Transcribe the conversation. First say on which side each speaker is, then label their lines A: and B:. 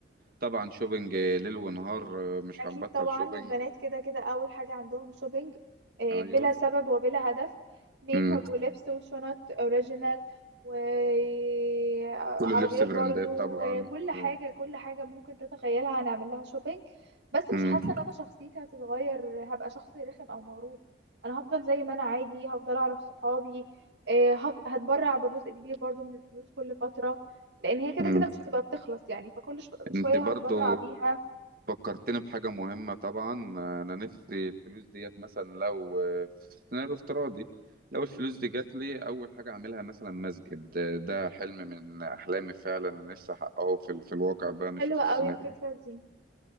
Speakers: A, on the right; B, on the right.
A: طبعا شوبينج ليل ونهار مش
B: اكيد
A: هنبطل
B: طبعا
A: شوبينج
B: البنات كده كده اول حاجه عندهم شوبينج آه،
A: ايوه
B: بلا سبب وبلا هدف ميك
A: امم
B: اب ولبس وشنط اوريجينال وعربيات
A: كل لبس براندات
B: برضو
A: طبعا
B: وكل حاجه
A: و-
B: كل حاجه ممكن تتخيلها هنعمل لها شوبينج بس مش
A: امم
B: حاسه ان انا شخصيتي هتتغير هبقى شخص رخم او مغرور انا هفضل زي ما انا عادي هفضل اعرف صحابي آه، هف- هتبرع بجزء كبير برضو من الفلوس كل فتره لان هي كده
A: امم
B: كده مش هتبقى بتخلص يعني فكل ش- شويه
A: انت برضو
B: هتبرع بيها
A: فكرتني بحاجة مهمة طبعا أنا نفسي الفلوس ديت مثلا لو في سيناريو افتراضي لو الفلوس دي جات لي أول حاجة أعملها مثلا مسجد ده حلم من أحلامي فعلا أنا نفسي أحققه في, في الواقع بقى مش
B: حلوة
A: في السيناريو
B: قوي الفكرة دي